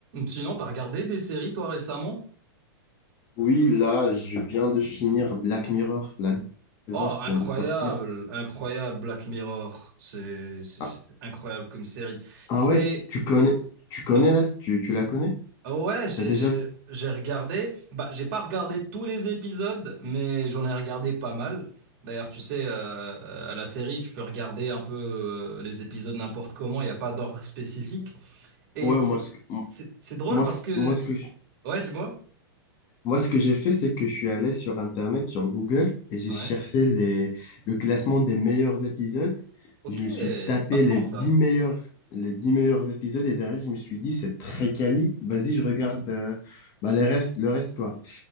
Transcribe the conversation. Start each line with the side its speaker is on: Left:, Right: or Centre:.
Right: Sinon, t'as regardé des séries, toi, récemment?
Left: Oui, là, je viens de finir Black Mirror, la saison
Right: Oh,
Left: qui
Right: incroyable,
Left: vient de sortir.
Right: incroyable Black Mirror. C'est c'est-
Left: Ah,
Right: c'est incroyable comme série.
Left: ah
Right: C'est...
Left: ouais, tu connais, tu connais
Right: oh,
Left: là, tu, tu la connais?
Right: ouais, j'ai
Left: T'as déjà
Right: j'ai-
Left: vu?
Right: j'ai regardé... Bah, j'ai pas regardé tous les épisodes, mais j'en ai regardé pas mal. D'ailleurs, tu sais, euh, à la série, tu peux regarder un peu euh, les épisodes n'importe comment, il n'y a pas d'ordre spécifique. Et
Left: Ouais, moi,
Right: c'est
Left: ce que,
Right: c'est- c'est drôle
Left: moi,
Right: parce
Left: ce-
Right: que...
Left: moi, ce que,
Right: Ouais, dis-moi.
Left: Moi, ce que j'ai fait, c'est que je suis allé sur Internet, sur Google, et j'ai
Right: Ouais.
Left: cherché les, le classement des meilleurs épisodes.
Right: Ok,
Left: Je me suis tapé
Right: c'est pas quand
Left: les
Right: ça?
Left: dix meilleurs, les 10 meilleurs épisodes, et derrière, je me suis dit, c'est très quali. Vas-y, je regarde euh, bah, les restes, le reste, quoi.